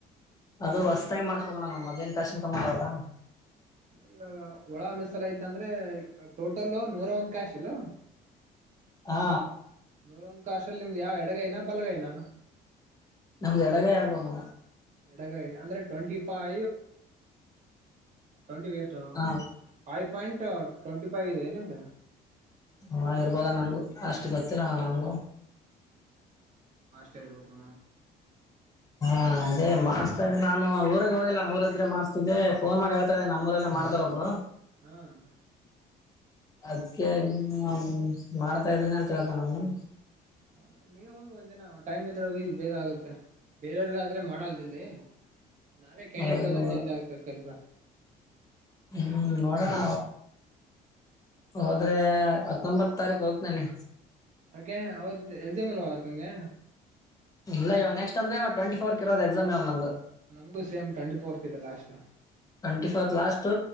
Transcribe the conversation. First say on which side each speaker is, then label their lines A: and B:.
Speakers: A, on the left (about 20°); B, on the right (about 45°).
A: ಅದು ಹೊಸತಾಯ ಮಾಡ್ಸ್ಕಣ್ಣ ನಮ್ಮ್ ಮದ್ನ್ ಕಶ ಕಮ್ಮ ಮಾಡಲ್ಲ
B: ಅಂದ್ರೆ ಇವಾಗ ಒಳ ಮೆಸಲ ಯತ ಅಂದ್ರೆ ಟೋಟಲ್ ನೂರ ಒಂದ್ ಕ್ಯಾಶ ಇಲ್.
A: ಹಾ.
B: ನೂರ ಒಂದ ಕಷಲ್ಲಿ ನಿಮ್ದ್ ಯಾವ ಎಡಗೈನ ಬಲಗೈನಾ.
A: ನಮ್ದ ಎಡ ಗೈ ಅರ್ಬೋನು.
B: ಎಡಗಾಯಿ ಅಂದ್ರೆ ಟ್ವೆಂಟಿ ಫೈ ಟ್ಂಟಿಷ್ಟು
A: ಹಾ
B: ಫೈವ್ ಪಾಯಿಂಟ್ ಟ್ವೆಂಟಿ ಫೈವ್ ಇದೆ ಬಲ್ಲಂಗ
A: ಹಾ ಇರ್ಬೋದ ನಂಗ ಅಷ್ಟು ಗೊತ್ತಿಲ್ಲ ನಂಗು
B: ಷ್ಟಾರಬೇಕಪ್ಪ
A: ಹಾ ಅದೇ ಮಾಡ್ಸ್ತಾ ಇದೆ ನಾನು ಊರಿಗೆಗ್ ಹೋಗಿಲ್ಲ ಊರ ಇದ್ರೆ ಮಾಡ್ಸ್ತಿದ್ದೆ ಫೋನ್ ಮಾಡಿ ಹೇಳ್ತಾ ಇದ್ದೆ ನಮ್ಮೂಊಲ್ಲ ಮಾಡ್ತಾರ ಒಬ್ರು
B: ಹ್ಮ್
A: ಅದ್ಕ್ಕೆ ಇ ಮಾಡ್ತಾ ಇದ್ದೀನಿ ಅಂತ ಹೇಳತನು ಅವನು
B: ಅ ನೀವ ಹೋಗ್ ಒಂದಿನ ಟೈಮ್ ಇದ್ರೆ ಹೋಗಿ ಬೇಗ ಆಗುತ್ತೆ ಬೇರೆಯವ್ರಗಾದ್ರೆ ಮಾಡಲ್ ಜಲ್ದಿ ನಾವೇ ಕ್ಯಾಂಡಿಡೇಟ್
A: ಹೌದು
B: ಹೋದ್ರೆ ಜಲ್ದಿ ಆಗುತ್ತೆ ಕೆಲಸ.
A: ಹ್ಮ್ ನೋಡೋಣ ಹೋದ್ರೆ. ಹತ್ತೊಂಬತ್ತ ತಾರಿಕ್ ಹೋಗ್ತೇನೆ.
B: ಅಕೆ ಅವತ್ ಎಕ್ಸಾಮ್ ಇಲ್ಲ ಅವತ ನಿಮಗೆ.
A: ಇಲ್ಲ ಇವ ನೆಕ್ಸ್ಟ್ ಅಂದ್ರೆ ಟ್ವೆಂಟಿಫೋರ್ ಕೆ ಇರೋದ ಎಕ್ಸಾಮ್ ಇವಾಗ್ ನಮ್ದ್.
B: ನಮ್ದು ಸೇಮ್ ಟ್ವೆಂಟಿ ಫೋರ್ತ್ ಇದೆ ಲಾಸ್ಟು.
A: ಟ್ವೆಂಟಿ ಫೋರ್ತ್ ಲಾಸ್ಟು